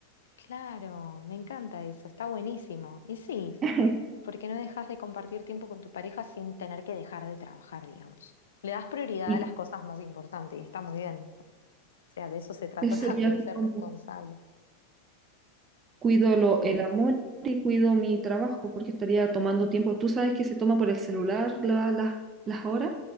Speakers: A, on the left; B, on the right.
A: Claro, me encanta eso, está buenísimo. Y sí,
B: <laughs>
A: porque no dejas de compartir tiempo con tu pareja sin tener que dejar de trabajar, digamos. Le das prioridad
B: Y
A: a las cosas más importantes y está muy bien. O sea, de eso se trata
B: ese
A: <laughs> también,
B: sería así
A: ser
B: como...
A: responsable.
B: cuido lo- el amor y cuido mi trabajo, porque estaría tomando tiempo. Tú sabes que se toma por el celular la- la- las horas